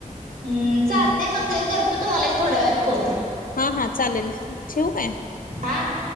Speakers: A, on the right; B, on the left.
A: हम् चालते मग करत तुम्हाला एक थोड्या वेळत खोल
B: हा हा चालेल ठेव काय
A: हा